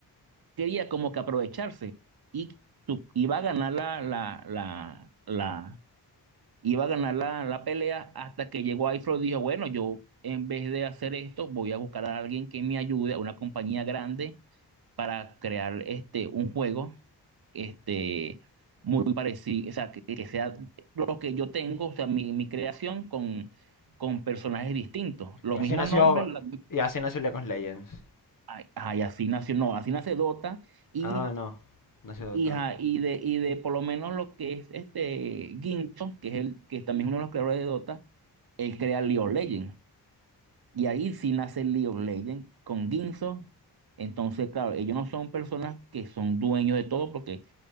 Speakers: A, on the right; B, on the left.
A: Quería como que aprovecharse y tu- iba a ganar la, la, la, la, iba a ganar la, la pelea hasta que llegó iFlow y dijo, bueno, yo en vez de hacer esto, voy a buscar a alguien que me ayude, a una compañía grande, para crear este, un juego este, muy parecido, o sea, que, que sea lo que yo tengo, o sea, mi, mi creación con, con personajes distintos, los
B: Y así
A: mismos
B: nació.
A: nombres, la-
B: Y así nació League of Legends.
A: ay, ay, así nació, no, así nace Dota y...
B: Ah, no. Nació Dota.
A: Y, ajá, y de, y de por lo menos lo que es este Ginto, que es el que también es uno de los creadores de Dota, él crea League of Legends. Y ahí sí nace League of Legends con Ginzo. Entonces, claro, ellos no son personas que son dueños de todo porque